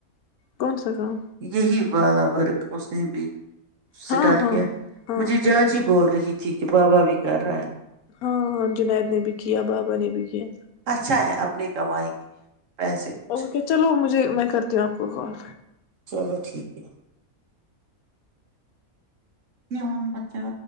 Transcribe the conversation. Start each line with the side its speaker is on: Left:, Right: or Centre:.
Left: کون سا کام
Right: یہ ہی بالہ برگ اس نہیں بھی اسٹارٹ
Left: ہاں ہاں
Right: کیا
Left: ہاں
Right: مجھے
Left: ہاں
Right: جاج ہی بول رہی تھی چٹیک باوا بھی کر رہا ہے
Left: ہاں ہاں جنید نے بھی کیا بابا نے بھی کیا
Right: اچھا ہے اپنے کمائیں گے پیسے کچھ
Left: اوک چلو مجھے میں کرتی ہوں آپ کو کال
Right: چلو ٹھیک ہے جن بچا